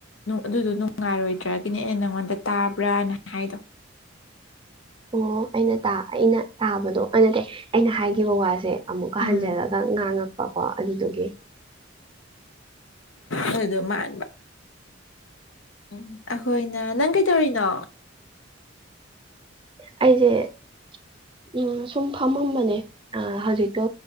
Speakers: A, on the left; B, on the right.
A: ꯑꯗꯨꯗꯣ ꯅꯨꯡꯉꯥꯏꯔꯣꯏꯗ꯭ꯔꯒꯤꯅꯦ ꯑꯩꯅ ꯅꯉꯣꯟꯗ ꯇ ꯇꯥꯕ꯭ꯔꯥꯅ ꯍꯥꯏꯗꯣ
B: ꯑꯣ ꯑꯩꯅ ꯇꯥ ꯑꯩꯅ ꯇꯥꯕꯗꯣ ꯑꫭ ꯅꯠꯇꯦ ꯑꯩꯅ ꯍꯥꯏꯈꯤꯕ ꯋꯥꯖ‌ꯦ ꯑꯃꯨꯛꯀ
A: ꯎꯝ
B: ꯍꯟꯖꯜꯂꯒ ꯉꯥꯡꯉꯛ ꯀꯣ ꯑꯗꯨꯗꯨꯒꯤ
A: ꯑꯩ ꯑꯗꯨ ꯃꯥꯟꯕꯥ ꯎꯝ ꯑꯩꯈꯣꯏꯅ ꯅꯪ ꯀꯩꯇꯧꯔꯤꯅꫭ
B: ꯑꯩꯖ‌ꯦ ꯎꯝ ꯁꯨꯝ ꯐꯝꯃꯝꯕꯅꯦ ꯍꯧꯖꯤꯛꯇꯣ